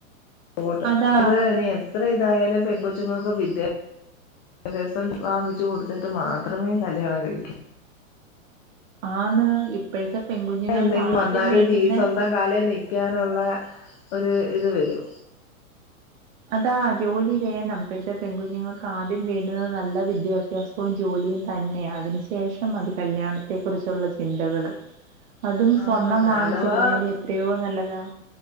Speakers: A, on the left (about 35°); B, on the right (about 65°).
A: കോട്ട്
B: അതാ
A: അത് ഇനി എത്ര ഇതായാലും പെങ്കോച്ചുങ്ങക്ക് വിദ്യ ഭ്യസം വാങ്ങിച്ചു കൊടുത്തിട്ട് മാത്രമേ കല്യാണം കഴിക്ക
B: ആന്ന് ഇപ്പോഴത്തെ പെൺകുഞ്ഞുങ്ങൾക്ക്
A: എന്തെങ്കി
B: ആദ്യം
A: വന്നാല
B: വേണ്ടുന്നെ
A: ജീ സ്വന്തം കാലേ നിക്കാനൊള്ള ഒരു ഇത് വരൂ.
B: അതാ ജോലി വേണം ഇപ്പഴത്തെ പെൺകുഞ്ഞുങ്ങൾക്ക് ആദ്യം വേണ്ടുന്നത് നല്ല വിദ്യാഭ്യാസവും ജോലി തന്നെയ അതിനു ശേഷം മതി കല്യാണത്തെ കുറിച്ചുള്ള ചിന്തകള്. അതും സ്വർണ്ണം
A: ആന്നാന്ന്
B: വാങ്ങിച്ചിടുന്നേല്
A: അഥവാ
B: എത്രയോ നല്ലതാ.